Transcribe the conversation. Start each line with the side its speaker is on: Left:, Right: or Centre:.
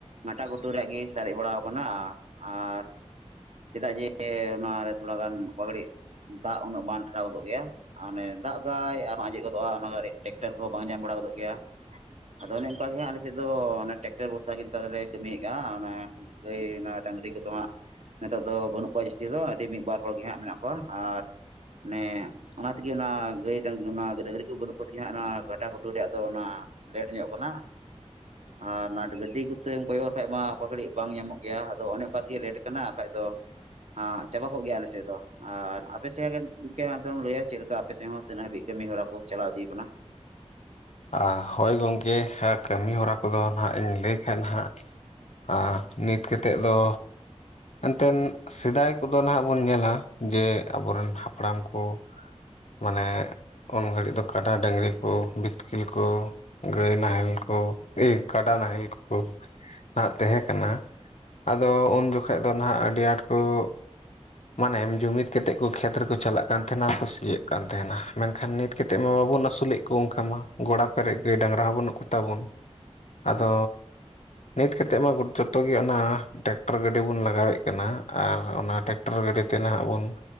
Right: ᱜᱟᱴᱟ-ᱜᱩᱴᱩ ᱨᱮᱭᱟᱜ ᱜᱮᱹ ᱥᱟᱨᱮᱜ ᱵᱟᱲᱟᱣ ᱠᱟᱱᱟᱦ ᱟᱨ ᱪᱮᱫᱟᱜ ᱡᱮ ᱱᱚᱣᱟᱨᱮ ᱛᱷᱚᱲᱟ ᱜᱟᱱ ᱚᱠᱟ ᱜᱟᱲᱤᱜ ᱫᱟᱜ ᱩᱱᱟᱹᱜ ᱵᱟᱱ ᱴᱷᱮᱲᱟᱣ ᱜᱚᱫᱚᱜ ᱜᱮᱭᱟ᱾ ᱟ ᱚᱱᱮ ᱫᱟᱜ ᱫᱟᱭ ᱟᱨᱦᱚᱸ ᱟᱸᱡᱮᱜ ᱜᱚᱫᱚᱜᱼᱟ, ᱚᱱᱟ ᱜᱟᱲᱤᱡ ᱴᱮᱠᱴᱟᱨ ᱠᱚ ᱵᱟᱝ ᱧᱟᱢ ᱵᱟᱲᱟ ᱜᱚᱫᱚᱜ ᱜᱮᱭᱟ᱾ ᱟᱫᱚ ᱚᱱᱮ ᱚᱝᱠᱟ ᱜᱮ ᱦᱟᱸᱜ ᱟᱞᱮᱥᱮᱫ ᱫᱚ, ᱚᱱᱮ ᱴᱮᱠᱴᱟᱨ ᱵᱷᱚᱨᱥᱟ ᱜᱮ ᱛᱚ, ᱟᱫᱚᱞᱮ ᱠᱟᱢᱤᱭᱮᱜ ᱜᱮᱭᱟ ᱟ ᱚᱱᱮ ᱜᱟᱹᱭ ᱱᱟ, ᱰᱟᱝᱨᱤ ᱠᱚᱫᱚ ᱶᱟᱜ ᱱᱤᱛᱚᱜ ᱫᱚ ᱵᱟᱹᱱᱩᱜ ᱠᱚᱣᱟ ᱡᱤᱥᱛᱤ ᱫᱚ᱾ ᱰᱤ ᱢᱤᱜ, ᱵᱟᱨ ᱦᱚᱲ ᱜᱮ ᱦᱟᱸᱜ ᱢᱮᱱᱟᱜ ᱠᱚᱣᱟ ᱟᱨ ᱱᱮ ᱚᱱᱟ ᱛᱮᱜᱮ ᱱᱟ ᱜᱟᱹᱭ, ᱰᱟᱝ ᱜᱟᱹᱱᱟ ᱰᱟᱹᱝᱨᱤ ᱠᱩ ᱵᱟᱹᱱᱩᱜ ᱠᱚᱛᱤ ᱜᱤ ᱦᱟᱸᱜ ᱟᱱᱟ ᱜᱷᱟᱴᱟ-ᱜᱷᱩᱴᱩ ᱨᱮᱭᱟᱜ ᱫᱚ ᱚᱱᱟ ᱞᱮᱴ ᱧᱚᱜ ᱠᱟᱱᱟᱻ᱾ ᱟᱨ ᱱᱟᱴ ᱜᱟᱹᱰᱤ ᱠᱚᱛᱮᱢ ᱠᱚᱭᱚᱨ ᱠᱷᱟᱜ ᱢᱟ ᱚᱠᱟ ᱜᱷᱟᱹᱲᱤᱜ ᱵᱟᱝ ᱧᱟᱢᱚᱜ ᱜᱮᱭᱟ᱾ ᱟᱫᱚ ᱚᱱᱮ ᱚᱠᱟ ᱛᱮᱜᱮ ᱞᱮᱴ ᱠᱟᱱᱟ ᱟᱠᱷᱟᱡ ᱫᱚ ᱟ ᱪᱟᱵᱟ ᱠᱚᱜ ᱜᱮᱭᱟ ᱟᱞᱮ ᱥᱮᱜ ᱫᱚ᱾ ᱟᱨ ᱟᱯᱮ ᱥᱮᱭᱟᱜ <inaudible> ᱩᱸᱠᱮ ᱢᱟᱛᱚᱢ ᱞᱟᱹᱭᱟ ᱪᱮᱜ ᱞᱮᱠᱟ ᱟᱯᱮ ᱥᱮᱜ ᱦᱚᱸ ᱛᱤᱱᱟᱹᱜ ᱦᱟᱹᱵᱤᱡ ᱠᱟᱹᱢᱤ ᱦᱚᱨᱟ ᱠᱚ ᱪᱟᱞᱟᱣ ᱤᱫᱤ ᱠᱟᱱᱟ?
Left: ᱟ ᱦᱳᱭ ᱜᱚᱝᱠᱮ, ᱦᱮ ᱠᱟᱹᱢᱤ ᱦᱚᱨᱟ ᱠᱚᱫᱚ ᱱᱷᱟᱜ ᱤᱧ ᱞᱟᱹᱭ ᱠᱷᱟᱱ ᱦᱟᱸᱜ ᱟᱦ ᱱᱤᱛ ᱠᱟᱛᱮᱜ ᱫᱚ ᱮᱱᱛᱮᱱ ᱥᱮᱫᱟᱭ ᱠᱚᱫᱚ ᱱᱟᱦᱟᱜ ᱵᱚᱱ ᱧᱮᱞᱟ ᱡᱮ ᱟᱵᱚ ᱨᱮᱱ ᱦᱟᱯᱲᱟᱢ ᱠᱚ ᱢᱟᱱᱮᱜ ᱩᱱ ᱜᱷᱟᱹᱲᱤᱜ ᱫᱚ ᱠᱟᱰᱟ, ᱰᱟᱹᱝᱨᱤ ᱠᱳ ᱵᱤᱛᱠᱤᱞ ᱠᱳ, ᱜᱟᱹᱭ ᱱᱟᱦᱮᱞ ᱠᱚ, ᱮᱹ ᱠᱟᱰᱟ ᱱᱟᱦᱮᱞ ᱠᱚ ᱟᱸᱜ ᱛᱮᱦᱮᱸ ᱠᱟᱱᱟ ᱟᱫᱚ ᱩᱱ ᱡᱚᱠᱷᱮᱡ ᱫᱚ ᱱᱷᱟᱜ ᱟᱰᱤ ᱟᱸᱴ ᱠᱩᱜ ᱢᱟᱱᱮᱢ ᱡᱩᱢᱤᱫ ᱠᱮᱛᱮᱜ ᱠᱚ ᱠᱷᱮᱛ ᱨᱮᱠᱚ ᱪᱟᱞᱟᱜ ᱠᱟᱱ ᱛᱷᱮᱱᱟ ᱟ ᱠᱚ ᱥᱤᱭᱮᱹᱜ ᱠᱟᱱ ᱛᱮᱦᱮᱱᱟ᱾ ᱢᱮᱱᱠᱷᱟᱱ ᱱᱤᱛ ᱠᱮᱛ ᱛᱮ ᱢᱟ ᱵᱟᱵᱚᱱ ᱟᱥᱩᱞᱮᱜ ᱠᱚ ᱚᱝᱠᱟ ᱢᱟ᱾ ᱜᱚᱲᱟ ᱯᱮᱨᱮᱡ ᱜᱟᱹ, ᱰᱟᱝᱨᱟ ᱦᱚᱸ ᱵᱟᱹᱱᱩᱜ ᱠᱚᱛᱟ ᱵᱚᱱ᱾ ᱟᱫᱚ
Right: ᱦᱳᱭ
Left: ᱱᱤᱛ ᱠᱮᱛᱮᱜ ᱢᱟ ᱜᱚᱫ ᱡᱚᱛᱚ ᱜᱮ ᱚᱱᱟ ᱴᱮᱠᱴᱚᱨ ᱜᱟ ᱰᱤ ᱵᱚᱱ ᱞᱟᱜᱟᱣᱮᱜ ᱠᱟᱱᱟ ᱟᱨ ᱚᱱᱟ ᱴᱮᱠᱴᱟᱨ ᱜᱟᱹᱰᱤ ᱛᱮ ᱱᱟᱦᱟᱜ ᱵᱚᱱ